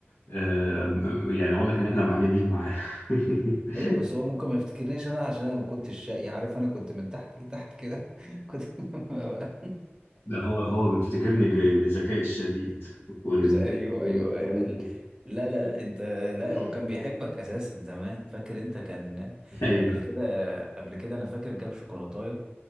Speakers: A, on the left (about 75°); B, on the right (about 20°).
A: آه يعني واضح ان احنا معلمين معاه <laughs>
B: أيوه بس هو ممكن ما يفتكرنيش أنا عشان أنا ما كنتش شقي عارف أنا كنت من تحت لتحت كده <laughs> كنت <laughs>
A: ده هو هو بيفتكرني ل- لذكائي الشديد ولنبوغ
B: مش ايوه
A: ولتفوقه
B: ايوه ايوه ال- لا لا لا انت لا
A: <laughs>
B: هو كان بيحبك اساسا زمان فاكر انت كان
A: ايوه
B: قبل كده قبل كده انا فاكر جاب شوكولاتايه